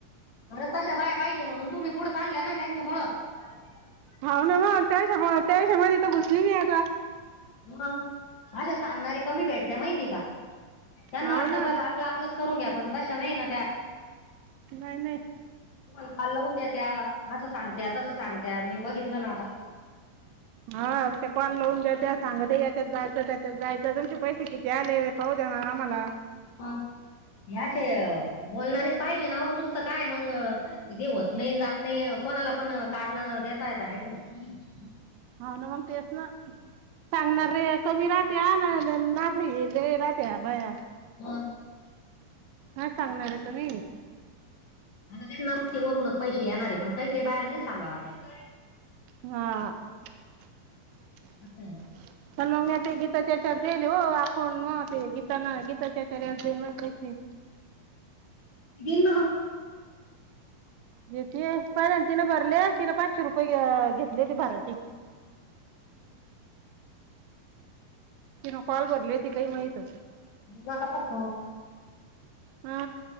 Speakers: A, on the left; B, on the right.
A: अरे तशा बाहे पाहिजे म्हणून तुम्ही पुढ चाल ना त्यांच्यामुळं ब
B: हाव ना मग त्याच्यामुळ तेष्या मध्ये तर घुसली मी आता
A: म अशा सांगणारे कमी भेटते माहितीए का? त्यांना
B: हाव
A: वाटत
B: ना
A: बस आपलं आपलं. करून घ्या पण तशा नाही ना त्या
B: नाही नाही
A: तुम्हाला काल लावून द्याेत या असं सांगत्या तसं सांगत्या मी बघितलं ना आता
B: हा ते कॉल लावून द्याेत सांगते याच्यात जायचं त्याच्यात जायचं तुमचे पैसे किती आले पाह दे ना आम्हाला
A: ह या अस बोलणारीच पाहिजे ना हो नुसतं काय मग तेे होत नाही जात नाही कोणाला पण कारण देता येत आहे का नाही
B: हो ना मग तेच ना सांगणार रे कमी राहते ना ना र राहते ह बाया
A: हा
B: हय सांगणार आहे तुम्ही
A: आता त्यांना माहिती वरूनच पैसे येणारे पण काही काही बाहेला नाही सांगा वाटत
B: हा
A: असं आहे ना.
B: पण मगी ते गीताच्याचार देईल हो आपण मग ते गीताना गीताच्याचार याईल म कसे
A: दिंदमा
B: येत पहिले तिनें भरले तिने पाचशे रुपये घेतले होती भाराची ति ना कॉल भरली ती काही माहितच
A: ना काताास
B: हा